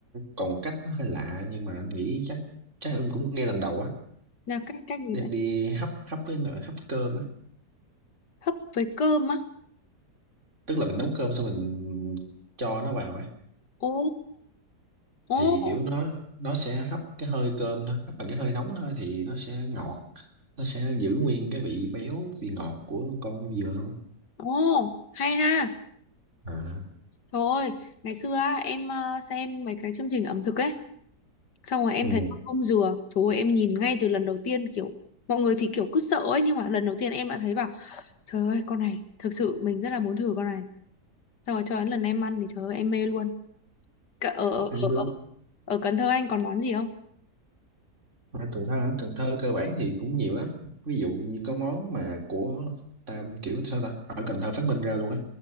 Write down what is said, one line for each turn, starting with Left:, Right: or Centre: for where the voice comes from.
Right: còn một cách nó hơi lạ nhưng mà anh nghĩ chắc chắc em cũng nghe lần đầu á
Left: là cách cách gì
Right: đem
Left: vậy
Right: đi hấp hấp với nồi hấp cơm á
Left: hấp với cơm á
Right: tức là mình nấu cơm xong mình cho nó vào ấy
Left: ồ ồ
Right: thì kiểu nó nó sẽ hấp cái hơi cơm thôi hấp bằng cái hơi nóng thôi thì nó sẽ ngọt nó sẽ giữ nguyên cái vị béo vị ngọt của con dừa luôn
Left: Ồ, hay ha.
Right: à,
Left: Trời ơi, ngày xưa á, em ờ, xem mấy cái chương trình ẩm thực ấy, xong rồi em
Right: ừ.
Left: thấy ông dừa, trời ơi em nhìn ngay từ lần đầu tiên kiểu mọi người thì kiểu cứ sợ ấy nhưng mà lần đầu tiên em đã thấy bảo trời ơi con này thực sự mình rất là muốn thử con này. Xong rồi cho đến lần em ăn thì trời ơi em mê luôn. Cả- Ở ở
Right: em
Left: ở
Right: cứ
Left: ở, ở Cần Thơ anh còn món gì không?
Right: ở Cần Thơ hả? Cần Thơ cơ bản thì cũng nhiều lắm ví dụ như có món mà của Tam kiểu sao ta ở Cần Thơ phát minh ra luôn ấy